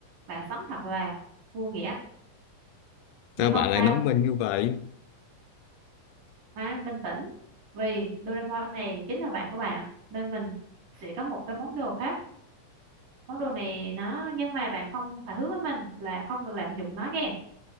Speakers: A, on the right; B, on the left.
A: bạn sống thật là vô nghĩa nhưng
B: Sao
A: không
B: bạn lại
A: sao
B: nói mình như vậy?
A: mang bình tĩnh vì Doraemon này chính là bạn của bạn nên mình sẽ có một cái món đồ khác món đồ này nó nhưng mà bạn không phải hứa với mình là không được lạm dụng nó nghe